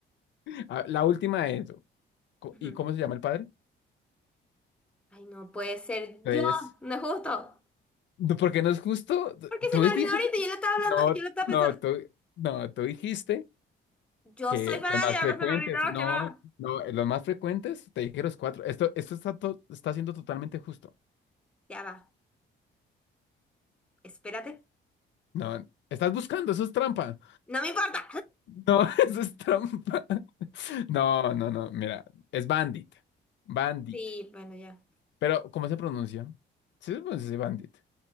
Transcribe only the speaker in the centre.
Ujú.
Ay, no puede ser.
Dios, no es justo.
Porque
se me
olvidó ahorita y yo lo estaba hablando,
yo lo estaba pensando.
Yo
soy fanática,
no se me olvidó,
¿qué va?
Ya va. Espérate.
No me importa.
Sí, bueno, ya.